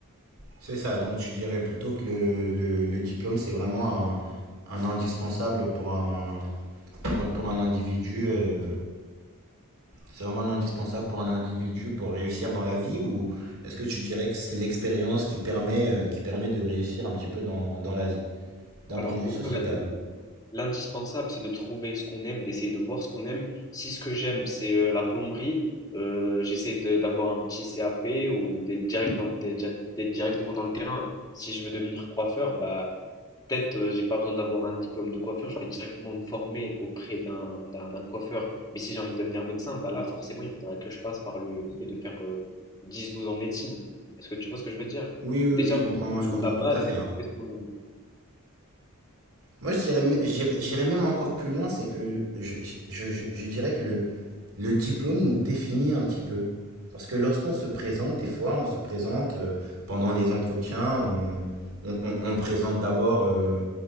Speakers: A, on the right; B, on the left.
A: C'est ça, donc tu dirais plutôt que le, le, le diplôme, c'est vraiment un, un indispensable pour un, pour un, pour un individu. euh, c'est vraiment un indispensable pour un individu pour réussir dans la vie ou est-ce que tu dirais que c'est l'expérience qui permet, euh, qui permet de réussir un petit peu dans, dans la vie, d'un
B: Alors,
A: point de vue
B: pour
A: sociétal?
B: moi, la- L'indispensable, c'est de trouver ce qu'on aime, d'essayer de voir ce qu'on aime. Si ce que j'aime, c'est euh, la plomberie, euh, j'essaie de- d'avoir un petit CAP ou d'être direct dans le te- dia- d'être directement dans le terrain. Si je veux devenir coiffeur, bah peut-être euh, j'ai pas besoin d'avoir un diplôme de coiffure, je vais directement me former auprès d'un d'un- d'un coiffeur. Mais si j'ai envie de devenir médecin, bah là forcément, il faudrait que je passe par le, le fait de faire euh, 10-12 ans de médecine. Est-ce que tu vois ce que je veux dire?
A: Oui, oui,
B: Déjà,
A: oui, je comprends,
B: le-
A: je comprends
B: la base,
A: tout à fait,
B: c'est de
A: hein.
B: trouver ce qu'on aime.
A: Moi, je dirais, me- j'irais j'irais même encore plus loin, c'est que je, je, je, je dirais que le, le diplôme nous définit un petit peu. Parce que lorsqu'on se présente, des fois, on se présente euh, pendant les entretiens, on, on, on- on présente d'abord, euh,